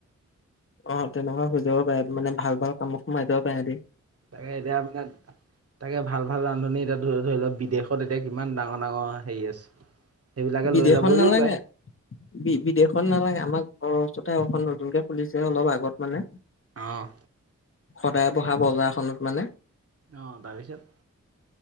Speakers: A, on the left; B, on the right.
A: অ' তেনেকুৱা সিজাব পাৰে মানে ভাল-ভাল কামত সোমাই যাব পাৰে দ
B: তাকে এতিয়া মানে তাকে ভাল-ভাল ৰান্ধনি এতিয়া ধৰি-ধৰি লও বিদেশ ত, তেতিয়া কিমান ডাঙৰ-ডাঙৰ হেৰি আছে। সেইবিলাকে
A: বিদেশত
B: লৈ যাবহিও
A: নালাগে
B: পাৰে।
A: বি বিদেশত নালাগে আমাক, অ' চতেখন নতুনকে খুলিছে অলপ আগত মানে।
B: অঁ
A: সদায় বহা বজাৰখনত মানে
B: অ তাৰপিছত?